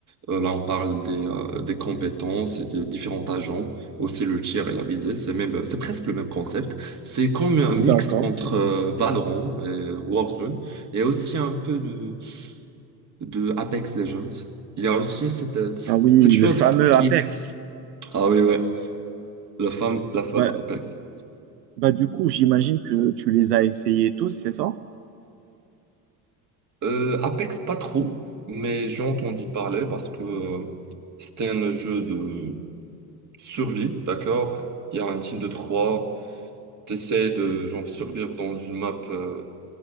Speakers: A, on the right; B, on the right.
A: Euh, là, on parle des, euh, des compétences et des différents agents, aussi le tir et la visée. C'est même, c'est presque le même concept. C'est comme un mix
B: D'accord.
A: entre euh, Valorant et Warzone et aussi un peu de, de Apex Legends. Il y a aussi cette, euh,
B: Ah oui,
A: cette chose
B: le fameux
A: qui...
B: Apex.
A: Ah oui, ouais, la femme, la femme
B: Bah,
A: Apex.
B: Bah, du coup, j'imagine que tu les as essayés tous, c'est ça?
A: Euh, Apex, pas trop, mais j'ai entendu parler parce que euh, c'était un jeu de survie, d'accord? Il y a un team de trois. T'essaies de genre survivre dans une map euh,